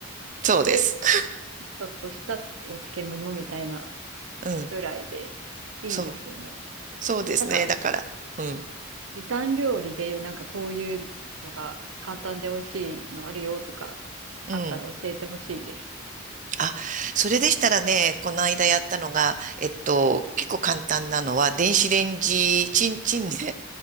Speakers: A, on the right (about 40°); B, on the right (about 80°).
A: そうです。
B: で、
A: <laughs>
B: ちょっとしたつお漬物みたいな
A: うん、
B: ぐらいで、いいですよね。
A: そう、そうですね。
B: なんか、
A: だから、うん、
B: 時短料理で、なんかこういうのが簡単で美味しいのあるよとか、
A: うん。
B: あったら教えてほしいです。
A: あ、それでしたらね、この間やったのが、えっと、結構簡単なのは、電子レンジ、チンチンね、